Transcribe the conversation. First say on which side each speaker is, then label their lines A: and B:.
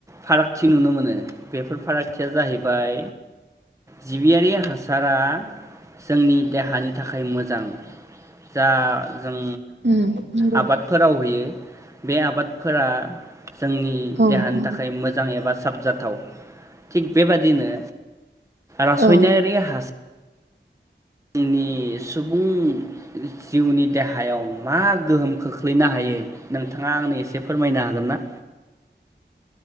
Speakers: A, on the right; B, on the right.
A: फारागथि नुनो मोनो बेफोर फारागथिया जाहैबाय जिबियारि हासारा जोंनि देहानि थाखाय मोजां जा जों
B: उम नंगौ
A: आबादफोराव होयो बे आबादफोरा जोंनि
B: औ
A: देहानि
B: नंगौ
A: थाखाय मोजां एबा साबजाथाव थिग बेबादिनो रासायनारि
B: औ
A: हास आंनि सुबुं जिउनि देहायाव मा गोहोम खोख्लैनो हायो नोंथाङा आंनो एसे फोरमायनो हागोन ना